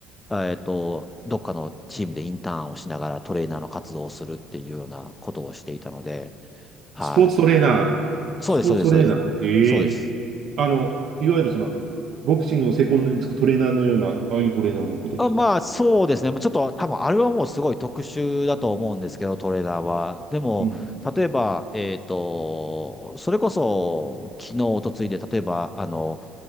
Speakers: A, on the left (about 20°); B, on the right (about 60°).
A: ら、えっと、どっかのチームでインターンをしながらトレーナーの活動をするっていうようなことをしていたので、はい。
B: スポーツトレーナー、
A: そうです、
B: スポーツトレーナー、
A: そうです、そうです。
B: へえ。
A: そうです。
B: あの、いわゆるその、ボクシングのセコンドにつくトレーナーのような、ああいうトレーナーのことですか
A: あ、まあ、そうですね。もうちょっと、多分、あれはもうすごい特殊だと思うんですけど、トレーダーは。でも、
B: うん、
A: 例えば、えっと、それこそ、昨日、一昨日で、例えば、あの、